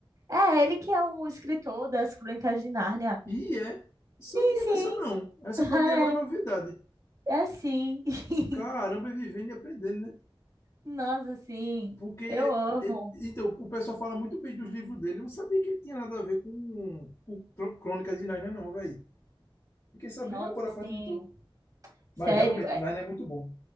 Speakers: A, on the right; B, on the left.
A: É ele que é o escritor das Crônicas de Nárnia.
B: E é, sabia
A: Sim, sim.
B: dessa não. Essa
A: <laughs>
B: para mim agora é novidade.
A: É sim. <laughs>
B: Caramba, é vivendo e aprendendo, né?
A: Nossa, sim.
B: Porque,
A: Eu amo.
B: é, é, então, o pessoal fala muito bem dos livros dele. Eu não sabia que ele tinha nada a ver com, com Cro- Crônicas de Narnia, não, velho. Fiquei sabendo
A: Nossa,
B: agora
A: sim.
B: a partir de tu.
A: Sério,
B: Mas realmente,
A: é,
B: Narnia é muito bom.